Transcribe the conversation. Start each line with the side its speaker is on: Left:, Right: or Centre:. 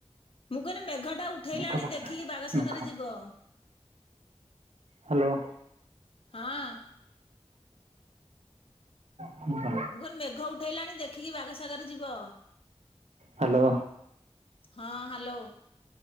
Left: ମୁଁ କହିଲି ମେଘ ଟା ଉଠେଇଲାଣି
Right: ମେଘ ପକେଇଲାଣି
Left: ଦେଖିକି ବାଗ ସାଗରେ
Right: ମେଘ
Left: ଯିବ।
Right: ହ୍ୟାଲୋ।
Left: ହଁ
Right: ହ୍ୟାଲୋ
Left: ମୁଁ କହିଲି ମେଘ ଉଠେଇଲାଣି ଦେଖିକି ବାଗ ସାଗରେ ଯିବ।
Right: ହ୍ୟାଲୋ
Left: ହଁ, ହ୍ୟାଲୋ।